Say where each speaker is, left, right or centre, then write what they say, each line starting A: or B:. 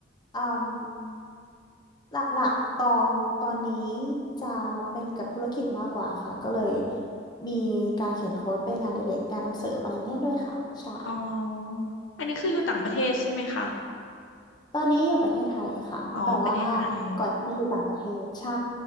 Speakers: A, on the left; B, on the left.
A: อืม หลักๆตองตอนนี้จะเป็นกับธุรกิจมากกว่าค่ะก็เลยมีการเขียนโค้ดเป็นงานอดิเรกการเสริมอะไรเงี้ยด้วยค่ะใช่
B: อ๋ออันนี้คืออยู่ต่างประเทศใช่ไหมคะ
A: ตอนนี้อยู่ประเทศไทยค่ะแต่ว่า
B: อ๋อประเทศไทย
A: ก่อนหน้านี้อยู่ต่างประเทศใช่